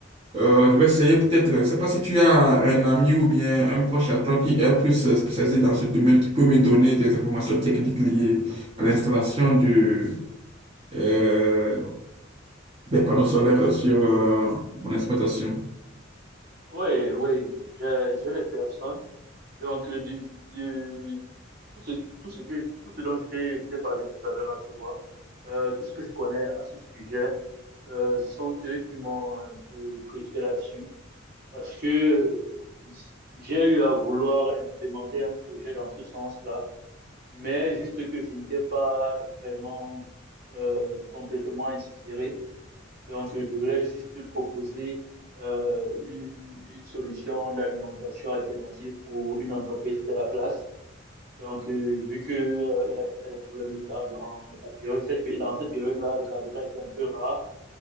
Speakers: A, on the right; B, on the right.
A: euh, je vais essayer peut-être. Je ne sais pas si tu as un ami ou bien un proche à toi qui est plus euh, spécialisé dans ce domaine, qui peut me donner des informations techniques liées à l'installation de, euh, des panneaux solaires sur euh, mon exploitation.
B: oui, oui, j'ai j'ai des personnes. Donc, euh, de, de- tout ce, tout ce que, tout ce dont je t'ai je t'ai parlé tout à l'heure, là, tu vois, euh, tout ce que je connais à ce sujet, euh, ce sont eux qui m'ont un peu briefé là-dessus. Parce que j'ai eu à vouloir implémenter un projet dans ce sens-là mais juste que je n'étais pas vraiment euh, complètement inspiré. Donc, euh, je voulais juste proposer euh, une, une solution d'alimentation alternative pour une entreprise de la place. Donc, euh, vu que, euh, il y a des problèmes de carburant, la période- cette pé- dans cette période-là, le carburant était un peu rare.